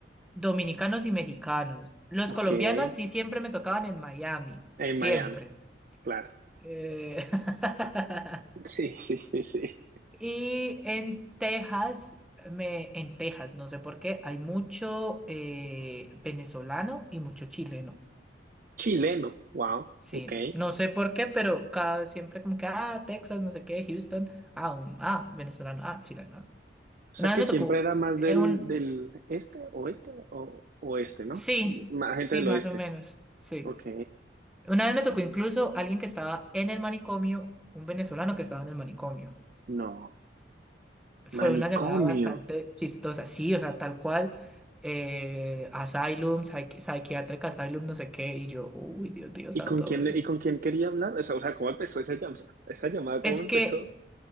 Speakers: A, in the centre; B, on the right (about 50°).
A: dominicanos y mexicanos. Los
B: Ok.
A: colombianos
B: En
A: sí siempre me tocaban en Miami, siempre.
B: Miami, claro.
A: Eh, <laughs>
B: Sí, sí, sí, sí.
A: Y en Texas, me, en Texas, no sé por qué, hay mucho eh, venezolano y mucho chileno.
B: Chileno, wow,
A: Sí,
B: ok.
A: no sé por qué, pero cada vez siempre como que, ah, Texas, no sé qué, Houston, ah, un- ah, venezolano, ah, chileno. ah.
B: O
A: Una
B: sea
A: vez
B: que
A: me
B: siempre
A: tocó
B: era más del,
A: eh, un,
B: del este, oeste o oeste, ¿no?
A: sí,
B: Más
A: sí,
B: gente del
A: más
B: oeste.
A: o menos, sí.
B: Ok.
A: Una vez me tocó incluso alguien que estaba en el manicomio, un venezolano que estaba en el manicomio.
B: No.
A: Fue
B: Manicomio.
A: una llamada bastante chistosa, sí, o sea, tal cual, eh, asylum, psychi- psychiatric asylum, no sé qué, y yo, uy, Dios mío, santo.
B: ¿Y con quién, le- y con quién quería hablar? O sea, o sea, ¿cómo empezó esa llamada? Esa llamada, ¿cómo
A: Es
B: empezó?
A: que